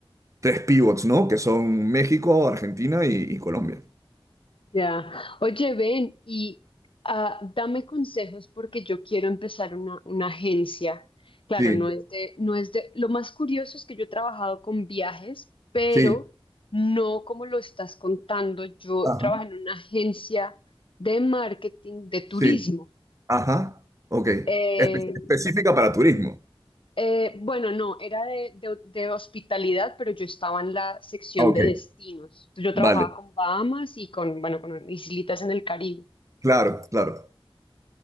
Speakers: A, on the right; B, on the left.
A: tres pivots, ¿no? Que son México, Argentina y, y Colombia.
B: ya. Oye, ven y ah, dame consejos porque yo quiero empezar una, una agencia. Claro,
A: Sí,
B: no es de, no es de, lo más curioso es que yo he trabajado con viajes, pero
A: sí,
B: no como lo estás contando. Yo
A: ajá,
B: trabajé en una agencia de marketing de turismo.
A: sí, ajá, ok.
B: Eh,
A: Espe- específica para turismo.
B: Eh, bueno, no, era de, de- de hospitalidad, pero yo estaba en la sección
A: Ah, Ok,
B: de destinos. Yo trabajaba
A: vale,
B: con Bahamas y con, bueno, con islitas en el Caribe.
A: claro, claro.